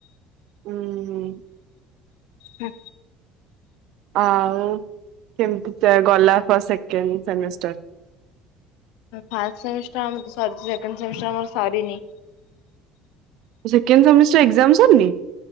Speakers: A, on the right; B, on the left.
A: ହୁଁ
B: ହୁଁ।
A: ଆଉ କେମିତି ଗଲା first second semester?
B: First semester ଆମର ସରିଛି ସେକେଣ୍ଡ ସେମିଷ୍ଟର ଆମର ସରିନି।
A: ସେକେଣ୍ଡ ସେମିଷ୍ଟର ଏକ୍ଜାମ ସରିନି?